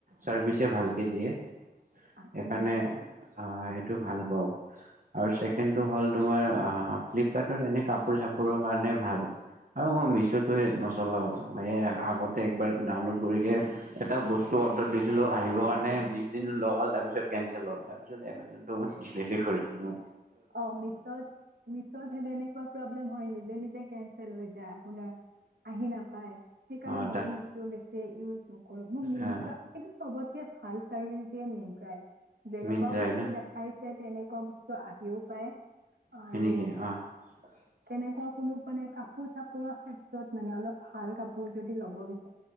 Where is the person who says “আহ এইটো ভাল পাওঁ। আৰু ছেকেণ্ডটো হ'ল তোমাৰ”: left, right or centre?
Right